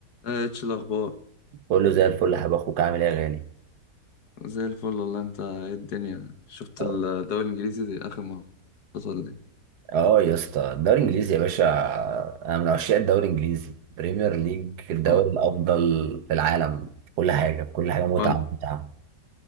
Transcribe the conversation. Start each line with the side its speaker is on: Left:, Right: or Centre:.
Left: ايه اتش الاخبار
Right: بقول له زي الفل يا حبيب اخوك عامل ايه يا غالي
Left: زي الفل والله انت ايه الدنيا شفت
Right: اه
Left: الدوري الانجليزي دي اخر ما حصل لي
Right: آه يا اسطى الدوري الانجليزي يا باشا انا من عشاق الدوري الانجليزي بريمير ليج الدوري
Left: اه
Right: الافضل في العالم في كل حاجه في كل حاجه متعه
Left: وأنا-
Right: متعه